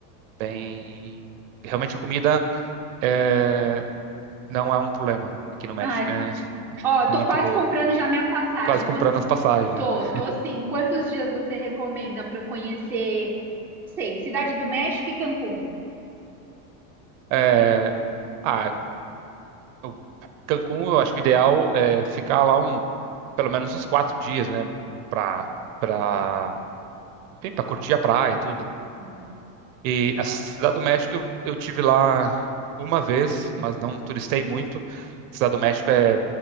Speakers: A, on the right; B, in the centre.
A: bem realmente a comida. é, não é um problema aqui no México.
B: Ai,
A: É,
B: ó, tô
A: é muito
B: quase
A: boa.
B: comprando já minha passagem.
A: Quase comprando
B: Quantos?
A: as passagens,
B: Tô,
A: né?
B: tô sim. Quantos dias você recomenda pra eu conhecer? Não sei, Cidade do México e Cancún.
A: É, ah, o Cancún, eu acho que o ideal é ficar lá um, pelo menos uns quatro dias, né? Pra, pra, enfim, pra curtir a praia, tudo.
B: Hum,
A: E a Cidade do México eu, eu tive lá uma vez, mas não turistei muito. Cidade do México é,